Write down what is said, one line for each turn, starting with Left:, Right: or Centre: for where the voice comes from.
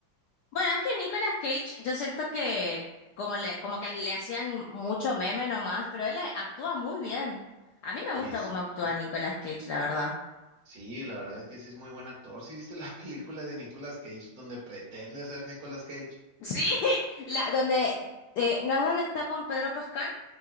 Left: Bueno, es que Nicolas Cage, yo siento que como le, como que le hacían mucho meme nomás, pero él actúa muy bien. A mí me
Right: Oye,
Left: gusta
Right: sí.
Left: cómo actúa Nicolas Cage, la verdad.
Right: Sí, la verdad es que sí es muy buen actor. ¿Sí viste la <laughs> película de Nicolas Cage donde pretende ser Nicolas Cage?
Left: Sí, <laughs> la donde eh, ¿no es donde está con Pedro Pascal?